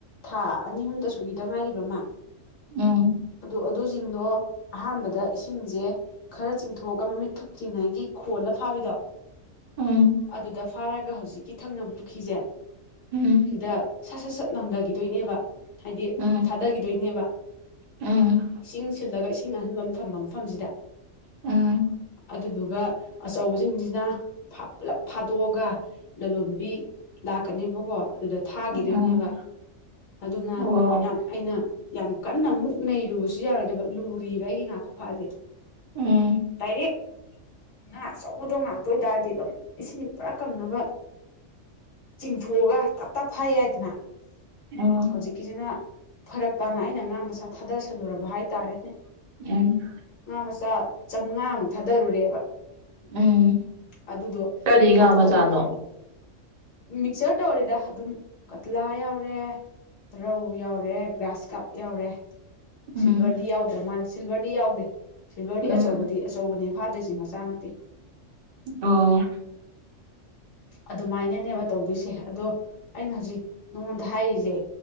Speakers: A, on the left (about 85°); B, on the right (about 45°).
A: ꯊꯥ ꯑꯅꯤ ꯑꯍꯨꯝꯇꯁꯨꯨ ꯈꯤꯇ ꯉꯥꯏꯔꯤꯕ ꯑꯃ
B: ꯎꯝ
A: ꯑꯗꯨꯗ ꯑꯗꯨꯁꯤꯡꯗꯣ ꯑꯍꯥꯟꯕꯗ ꯏꯁꯤꯡꯁꯦ ꯈꯔ ꯆꯤꯡꯊꯣꯛꯑꯒ ꯃꯃꯤꯠ ꯊꯨꯞ ꯆꯤꯡꯉꯥꯏꯒꯤ ꯈꯣꯜꯂ ꯐꯥꯕꯤꯗꯣ
B: ꯎꯝ
A: ꯑꯗꯨꯗ ꯐꯥꯔꯒ ꯍꯧꯖꯤꯛꯀꯤ ꯊꯪꯅꯕ ꯄꯨꯈꯤꯁꯦ
B: ꯎꯝ
A: ꯁꯤꯗ ꯁꯠ ꯁꯠ ꯁꯠ ꯂꯪꯊꯈꯤꯗꯣꯏꯅꯦꯕ ꯍꯥꯏꯗꯤ
B: ꯎꯝ
A: ꯊꯥꯗꯈꯤꯗꯣꯏꯅꯦꯕ
B: ꯎꯝ
A: ꯏꯁꯤꯡ ꯁꯤꯜꯂꯒ ꯏꯁꯤꯡ ꯑꯍꯟꯕ ꯊꯝꯕ ꯃꯐꯝꯁꯤꯗ
B: ꯑꯝ
A: ꯑꯗꯨꯗꯨꯒ ꯑꯆꯧꯕꯁꯤꯡꯁꯤꯅ ꯄꯨꯂꯞ ꯐꯥꯗꯣꯛꯑꯒ ꯂꯂꯣꯟꯕꯤ ꯂꯥꯛꯀꯅꯦꯕꯀꯣ ꯑꯗꯨꯗ ꯊꯥꯈꯤꯗꯣꯏꯅꯦꯕ
B: ꯎꯝ
A: ꯑꯗꯨꯅ
B: ꯑꯣ
A: ꯌꯥꯝ ꯑꯩꯅ ꯌꯥꯝ ꯀꯟꯅ ꯑꯃꯨꯛ ꯅꯩꯔꯨꯕꯁꯨ ꯌꯥꯔꯣꯏꯗꯕ ꯂꯨꯔꯤꯕ ꯑꯩꯒꯤ ꯉꯥ ꯈꯨꯐꯥꯁꯦ
B: ꯎꯝ
A: ꯗꯥꯏꯔꯦꯛ ꯉꯥ ꯑꯆꯧꯕꯗꯣ ꯉꯥꯛꯇ ꯑꯣꯏꯇꯥꯔꯗꯤ ꯑꯗꯨꯝ ꯏꯁꯤꯡꯗꯣ ꯄꯨꯔꯥ ꯀꯪꯅꯕ ꯆꯤꯡꯊꯣꯛꯑꯒ ꯇꯞ ꯇꯞ ꯐꯥ ꯌꯥꯏꯗꯅ
B: ꯎꯝ
A: ꯍꯧꯖꯤꯛꯀꯤꯁꯤꯅ ꯐꯔꯛ ꯇꯥꯅ ꯑꯩ ꯑꯩꯅ ꯉꯥ ꯃꯆꯥ ꯊꯥꯗꯁꯜꯂꯨꯔꯕ ꯍꯥꯏꯇꯥꯔꯦꯅꯦ
B: ꯎꯝ
A: ꯉꯥ ꯃꯆꯥ ꯆꯝꯉꯥꯃꯨꯛ ꯊꯥꯗꯔꯨꯔꯦꯕ
B: ꯎꯝ
A: ꯑꯗꯨꯗꯣ
B: ꯀꯔꯤ ꯉꯥ
A: ꯐꯥꯗꯣꯛꯑꯒ
B: ꯃꯆꯥꯅꯣ
A: ꯃꯤꯛꯆꯔ ꯇꯧꯔꯦꯗ ꯑꯗꯨꯝ ꯀꯠꯂꯥ ꯌꯥꯎꯔꯦ ꯔꯧ ꯌꯥꯎꯔꯦ ꯒ꯭ꯔꯥꯁ ꯀꯥꯞ ꯌꯥꯎꯔꯦ
B: ꯎꯝ
A: ꯁꯤꯜꯚꯔꯗꯤ ꯌꯥꯎꯗ꯭ꯔꯥ ꯃꯥꯜꯂꯦ ꯁꯤꯜꯚꯔꯗꯤ ꯌꯥꯎꯗꯦ ꯁꯤꯜꯚꯔꯗꯤ
B: ꯎꯝ
A: ꯑꯆꯧꯕꯗꯤ ꯑꯆꯧꯕꯅꯦ ꯐꯥꯗꯣꯏꯁꯦ ꯃꯆꯥ ꯅꯠꯇꯦ
B: ꯑꯣ
A: ꯑꯗꯨꯃꯥꯏꯅꯅꯦꯕ ꯇꯧꯗꯣꯏꯁꯦ ꯑꯗꯣ ꯑꯩꯅ ꯍꯧꯖꯤꯛ ꯅꯉꯣꯟꯗ ꯍꯥꯏꯔꯤꯁꯦ